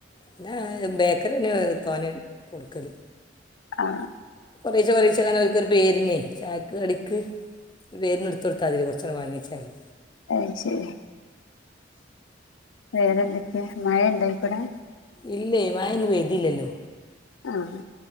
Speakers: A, on the left; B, on the left.
A: പിന്നെ ബേക്കറി പിന്നെ തോനെ കൊടുക്കല്.
B: ആഹ്.
A: കൊറേ ചോദിച്ചതാണ് ഓൽക്കൊരു പേരിനെ ചായക്ക് കടിക്ക്. പേരിന് എടുതൊടുത്താതി കൊറച്ചാള് വാങ്ങിയെച്ചാല്.
B: അയ് ശരി വേറെന്തൊക്കെ മഴ ഇണ്ടായിക്കൂടെ.
A: ഇല്ലെയ്‌ മയ ഇന്ന് പെയ്തിയില്ലല്ലോ.
B: ആഹ്.